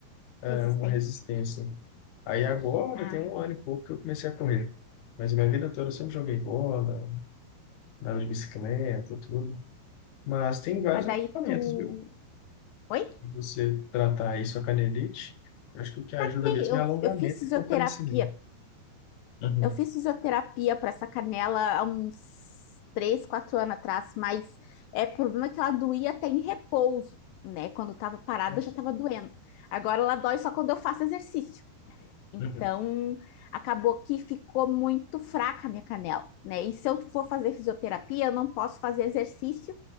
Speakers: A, on the left; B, on the left.
A: é,
B: resistência.
A: uma resistência. Aí agora
B: Ah,
A: tem um ano e pouco que eu comecei a correr. Mas minha vida toda eu sempre joguei bola, andava de bicicleta, tudo. Mas tem vários
B: mas aí
A: alongamentos,
B: tu.
A: viu?
B: Oi?
A: Pra Você tratar aí sua canelite, eu acho que o que ajuda
B: Ei,
A: mesmo
B: Eu,
A: é alongamento
B: eu fiz fisioterapia
A: e fortalecimento. Uhum.
B: Eu fiz fisioterapia para essa canela há uns três, quatro anos atrás, mas é o problema é que ela doía até em repouso, né? Quando eu tava parada,
A: Nossa.
B: já tava doendo. Agora ela dói só quando eu faço exercício. Então,
A: Uhum.
B: acabou que ficou muito fraca a minha canela, né? E se eu for fazer fisioterapia, eu não posso fazer exercício